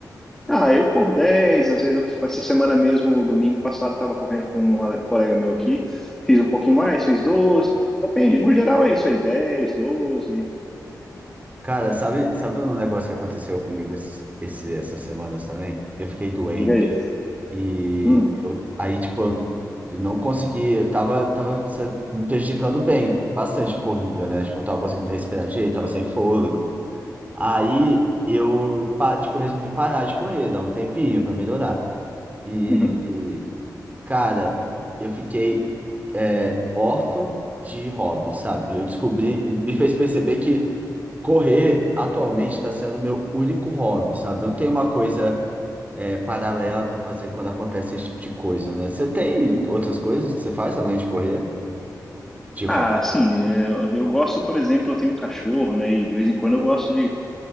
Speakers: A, in the centre; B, on the right.
A: Ah, eu corro 10. às vezes eu- essa semana mesmo, domingo passado, estava correndo com um ale- colega meu aqui. Fiz um pouquinho mais, fiz 12. Depende, no geral é isso aí, 10, 12.
B: Cara, sabe, sabe um negócio que aconteceu comigo esses, esse, essas semanas também? Eu fiquei doente
A: Diga aí.
B: e
A: Hum.
B: eu, aí, tipo, eu não consegui, eu tava, tava se- me prejudicando bem, bastante corrida, né? Tipo, não tava conseguindo respirar direito, tava sem fôlego. Aí eu, pa- tipo, resolvi parar de correr, dar um tempinho pra melhorar. E
A: Uhum.
B: Cara, eu fiquei é, órfã de hobby, sabe? Eu descobri, me fez perceber que correr atualmente está sendo meu único hobby, sabe? Eu não tenho uma coisa é, paralela para fazer quando acontece esse tipo de coisa, né? Você tem outras coisas que você faz além de correr? De hobby?
A: Ah, sim,
B: assim?
A: é, eu, eu gosto, por exemplo, eu tenho um cachorro, né? E de vez em quando eu gosto de